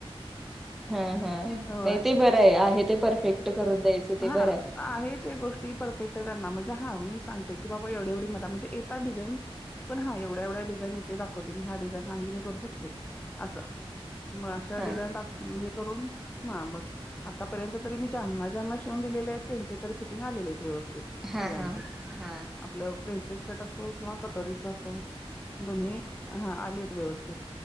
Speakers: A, in the centre; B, on the left.
A: हा हा नाही
B: होय.
A: ते बरं आहे आहे ते परफेक्ट- करून द्यायचं ते
B: हां
A: बरं आहे.
B: आहे ते गोष्टी परफेक्ट आहे त्यांना म्हणजे हां मी सांगते की बाबा एवढे एवढी मला म्हणजेेतता डिझाईन. पण हा एवढ्या एवढ्या डिझाईन येते दाखवते मी हा डिझाईन हा ह मी करू शकते असं. मग अशा
A: हा
B: डिझाईन टा हे करून ह मग. आतापर्यंत तरी मी ज्यांना ज्यांना शिवून दिले आहेत त्यांचे तररी फिटिंग आलेले आहेत व्यवस्थित.
A: हा
B: सगळ्यांचे
A: हा हा हा
B: आपलं प्रिनसेस कट असो किंवा कटोरीच असो दोन्ही हा आलीत व्यवस्थित